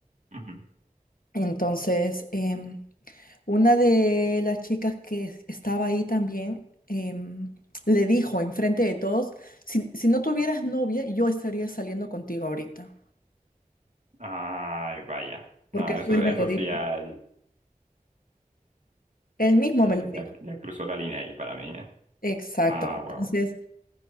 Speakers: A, on the right; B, on the left.
A: ujú.
B: Entonces, em, una de las chicas que es- estaba ahí también em, le dijo enfrente de todos, si, si no tuvieras novia, yo estaría saliendo contigo ahorita.
A: Ay, vaya.
B: Porque
A: No,
B: eso
A: eso,
B: él
A: eso
B: me lo dijo.
A: sí ya,
B: Él mismo
A: ya,
B: me lo dijo.
A: ya- ya cruzó la línea ahí para mí, ¿eh?
B: Exacto.
A: Ah,
B: Entonces,
A: wow.